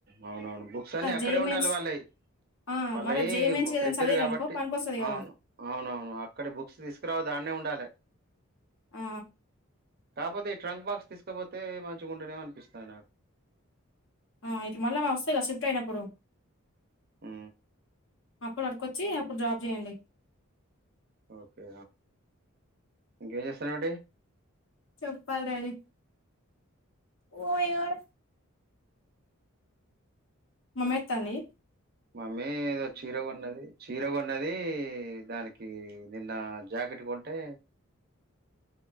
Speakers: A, on the right (about 45°); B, on the left (about 60°).
A: అవునవును బుక్స్ అన్ని అక్కడే
B: జేఈ
A: ఉండాలే
B: మెయిన్స్
A: వాళ్ళై
B: ఆ
A: వాళ్ళయి
B: మళ్ళా జేఈ మెయిన్స్ ఏదైనా
A: ప్రిపేర్
B: చదివిరనుకో
A: కాబట్టి
B: పనికొస్తది కదా
A: అవును అవునవును అక్కడ బుక్స్ తీసుకురావొద్దు అన్నే ఉండాలే
B: ఆ
A: కాకపోతే ఈ ట్రంక్ బాక్స్ తీసుకపోతే మంచిగా ఉంటునేమో అనిపిస్తంది నాకు
B: ఆ ఇటు మళ్ళా వస్తాయి షిఫ్ట్ అయినప్పుడు
A: ఉ
B: అప్పుడు అడికొచ్చి అప్పుడు జాబ్ చేయండి
A: ఓకే ఇంకా ఎం చేస్తానవు
B: చెప్పాల డాడి ఓ ఏవారు మమ్మి వత్తాంది
A: మమ్మీ ఏదో చీర కొన్నది చీర కొన్నది దానికి నిన్న జాకెట్ కొంటే